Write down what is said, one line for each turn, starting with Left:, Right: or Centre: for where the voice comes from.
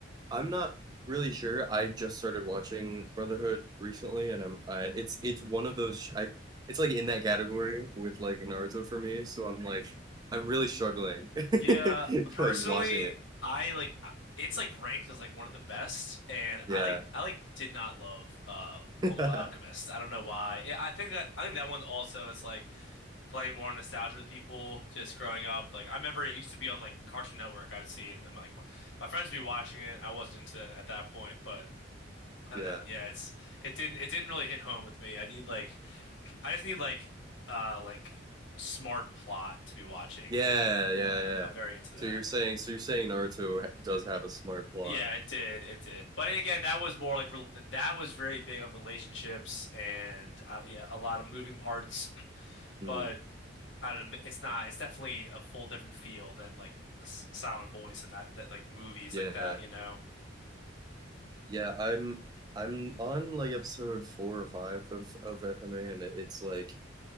Right: I'm not really sure. I just started watching Brotherhood recently, and I'm I it's it's one of those sh- I it's like in that category with like Naruto for me. So I'm like I'm really struggling <laughs>
Left: Yeah, personally,
Right: like watching it.
Left: I like it's like ranked as like one of the best, and
Right: Yeah,
Left: I like I like did not love uh
Right: <laughs>
Left: Fullmetal
Right: yeah,
Left: Alchemist. I don't know why. I I think that I think that one also is like playing more nostalgia with people just growing up. Like I remember it used to be on like Cartoon Network. I would see him and like my, my friends would be watching it. I wasn't into that at that point, but I don't
Right: yeah,
Left: know. Yeah, it's it didn't it didn't really hit home with me. I need like I just need like uh like smart plot to be watching
Right: yeah,
Left: because yeah,
Right: yeah.
Left: I'm very into that.
Right: So you're saying so you're saying Naruto ha- does have a smart plot.
Left: Yeah, it did. It did. But again, that was more like rel- that was very big on relationships and uh, yeah, a lot of moving parts.
Right: Mm,
Left: But I don't know. It's not. It's definitely a full different feel than like S- Silent Voice and that that like movies
Right: yeah.
Left: like that. You know.
Right: Yeah, I'm I'm on like episode four or five of of FMA, and it's like